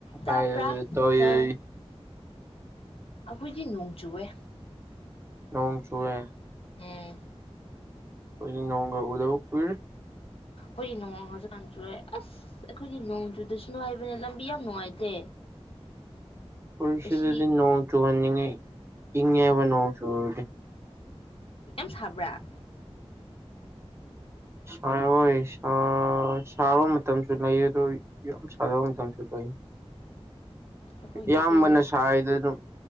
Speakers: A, on the left; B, on the right.
A: ꯇꯄ꯭ꯔꯥ
B: ꯇꯥꯏꯌꯦ ꯇꯥꯏꯌꯦ
A: ꯍꯦ ꯑꯈꯣꯏꯗꯤ ꯅꯣꯡ ꯆꯨꯋ‌ꯦ
B: ꯅꯣꯡ ꯆꯨꯋ‌ꯦ
A: ꯎꯝ
B: ꯈ‌ꯣꯏꯗꯤ ꯅꯣꯡꯒ ꯎꯗꯕ ꯀꯨꯏꯔꯦ
A: ꯍꯣꯏꯗꯤ ꯅꯣꯡ ꯍꯧꯖꯤꯛ ꯀꯥꯟ ꯆꯨꯋ‌ꯦ ꯑꯁ ꯑꯩꯈꯣꯏꯗꯤ ꯅꯣꯡ ꯆꯨꯗꯁꯅꯨ ꯍꯥꯏꯕꯅꯦ ꯂꯝꯕꯤ ꯌꯥꯝ ꯅꯨꯡꯉꯥꯏꯇꯦ
B: ꯈꯣꯏ ꯁꯤꯗꯗꯤ
A: ꯑꯁꯤ
B: ꯅꯣꯡ ꯆꯨꯍꯟꯅꯤꯡꯉꯤ ꯏꯪꯉꯦꯕ ꯅꯣꯡ ꯆꯨꯔꯗꯤ
A: ꯌꯥꯝ ꯁꯕ꯭ꯔꯥ
B: ꯁꯥꯏ ꯍ‌ꯣꯏ ꯁꯥ ꯁꯥꯕ ꯃꯇꯝꯁꯨ ꯂꯩ ꯑꯗꯣ ꯌꯥꯝ ꯁꯥꯗꯕ ꯃꯇꯝꯁꯨ ꯂꯩ
A: ꯑꯩꯈꯣꯏꯒꯤꯗꯤ
B: ꯏꯌꯥꯝꯕꯅ ꯁꯥꯏꯗ ꯗꯨꯝ